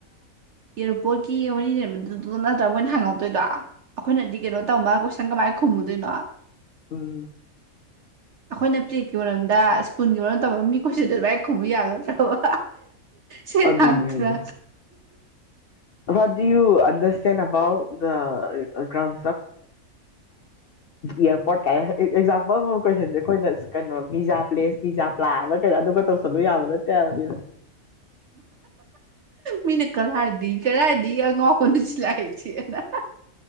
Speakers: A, on the right; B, on the left.
A: ꯑꯦꯔꯣꯄꯣꯠꯀꯤ ꯃ ꯂꯩꯝꯕꯗꯨꯗꯣ ꯅꯠꯇ꯭ꯔꯒ ꯃꯣꯏꯅ ꯍꯥꯡꯉꯧꯛꯇꯣꯏꯗꯣ ꯑꯩꯈꯣꯏꯅꯗꯤ ꯀꯩꯅꯣ ꯇꯝꯃ ꯀꯣꯏꯁꯟ ꯀꯃꯥꯏꯧ ꯈꯨꯝꯃꯗꯅ
B: ꯇꯝ
A: ꯑꯩꯈꯣꯏꯅ ꯄꯠꯀꯤ ꯃꯔꯝꯗ ꯁ꯭ꯄꯨꯟꯒꯤ ꯃꯔꯝ ꯇꯕ ꯃꯤꯈꯣꯏꯁꯨ ꯑꯗꯨ ꯂꯥꯏꯛ ꯈꯨꯕ ꯌꯥꯒꯗ꯭ꯔꯕ ꯁ
B: ꯑꯗꯨꯅꯦ
A: ꯍꯊꯨꯔꯥ
B: ꯍꯥꯏꯁꯦ ꯋꯥꯠ ꯌꯨ ꯑꯟꯗꯔꯁꯇꯦꯟ ꯑꯕꯥꯎꯠ ꯗ꯭ꯔꯥꯎꯟ ꯏꯔ ꯄꯠ ꯀꯥꯏ ꯑꯦꯛꯖꯥꯝꯄꯜ ꯑꯃ ꯀꯣꯏꯁꯟꯁꯦ ꯑꯩꯈꯣꯏꯅ ꯀꯩꯅꯣ ꯄꯖꯥ ꯄ꯭ꯂꯦꯁ ꯄꯤꯖꯥ ꯄ꯭ꯂꯥ ꯑꯃ ꯀꯩꯔ ꯑꯗꯨꯒ ꯇꯧꯁꯜꯂꯕ ꯌꯥꯕ ꯅꯠꯇꯦꯕ <unintelligible>
A: ꯃꯤꯅ ꯀꯔꯥꯏꯗꯤ ꯀꯔꯥꯏꯗꯒꯤ ꯑꯉꯈꯣꯟꯗ ꯁꯤꯂꯥꯛꯏꯁꯦꯅ